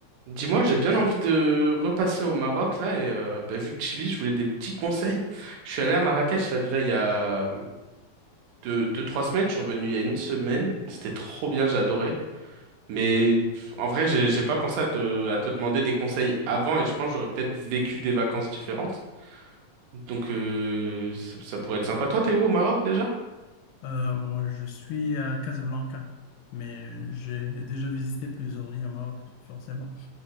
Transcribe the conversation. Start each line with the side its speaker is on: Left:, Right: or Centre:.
Right: Dis-moi, j'ai bien envie de repasser au Maroc là et euh, bah, vu que tu vis, je voulais des petits conseils. Je suis allé à Marrakech là déjà il y a deux, deux, trois semaines. Je suis revenu il y a une semaine. C'était trop bien, j'ai adoré. Mais pff, en vrai, j'ai, j'ai pas pensé à, de- à te demander des conseils avant et je pense que j'aurais peut-être vécu des vacances différentes. Donc euh, ça, ça pourrait être sympa. Toi, t'es où au Maroc déjà?
Left: Euh, moi, je suis à Casablanca, mais j'ai déjà visité plusieurs villes au Maroc, forcément.